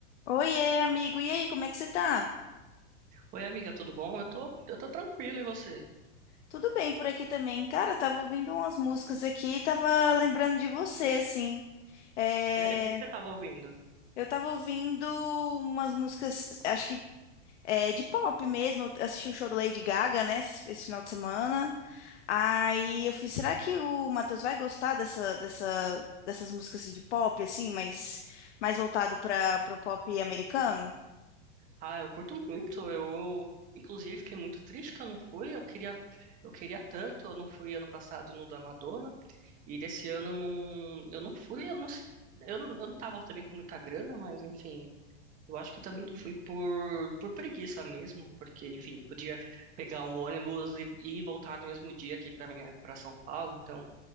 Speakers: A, on the left (about 75°); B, on the right (about 20°).
A: Oiê, amigo. E aí, como é que você tá?
B: Oi, amiga, tudo bom? Eu tô, eu tô tranquilo, e você?
A: Tudo bem por aqui também. Cara, eu tava ouvindo umas músicas aqui e tava lembrando de você, assim. É,
B: Sério, o que que você tava ouvindo?
A: Eu tava ouvindo umas músicas, acho que é, de pop mesmo. Eu assisti o show da Lady Gaga, né, esse esse final de semana. Aí eu fiz, será que o Matheus vai gostar dessa, dessa, dessas músicas assim, de pop, assim, mas mais voltado para o pop americano?
B: Ah, eu curto muito. Eu, eu, inclusive, fiquei muito triste que eu não fui. Eu queria, eu queria tanto. Eu não fui ano passado no da Madonna. E desse ano não, eu não fui. Eu não, s- eu, não- eu não tava também com muita grana, mas enfim. Eu acho que eu também não fui por, por preguiça mesmo, porque, enfim, podia pegar um ônibus e, e voltar no mesmo dia aqui pra, minha, pra São Paulo. Então.